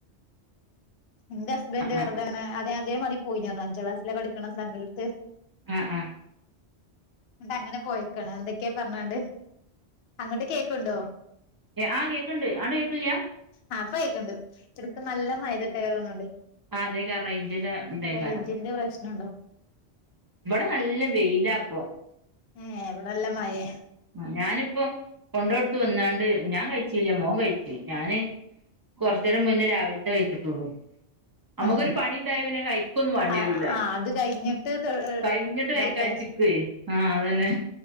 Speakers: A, on the left; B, on the right.
A: ന്റെ ഹസ്ബന്റ്
B: ആഹ്
A: വെറുതനെ അതെ അതേ മതി പോയിരുന്നു അഞ്ചാം ക്ലാസ്സിലെ പഠിക്കണ സമത്ത്
B: ആഹ് ആഹ്
A: ന്നിട്ട് അങ്ങനെ പോയിക്കാണ് എന്തൊക്കെയോ പറഞ്ഞാണ്ട് അങ്ങട്ട് കേക്ക്ണ്‌ണ്ടോ?
B: ആ കേക്കണ്ട് ആണ്ട് കേൾക്കില്ല
A: ആ ഇപ്പൊ കേക്ക്ണ്ട് എടുക്ക് നല്ല മഴപെയ്തി
B: അതേക്കാരം റേഞ്ചിന്റെ ഇതേക്കാരം
A: <unintelligible> റേഞ്ചിന്റെ പ്രശ്നണ്ടോ
B: ഇവിടെ നല്ല വെയിലാപ്പോ
A: ഏ എവിടെല്ല മഴേ
B: അഞാനിപ്പം കൊണ്ടോട്ത്ത് വന്നാണ് ഞാൻ കഴിച്ചില്ല മോൻ കഴിച്ചു ഞാന് കൊറ കോർച്ചേരം മുന്നേ രാവിൽത്തെ കയിച്ചിട്ടുള്ളു നമ്മുക്കൊരു
A: ഏ
B: പണിണ്ടായ പിന്നെ കയി ഒന്നും വാണ്ടി
A: ആ
B: വരൂല
A: അത് കഴിഞ്ഞിട്ട്
B: കഴിഞ്ഞിട്ട്
A: ഇതാക്കാൻ
B: കൈക്കാച്ചിക്ക് ആഹ് അതന്നെ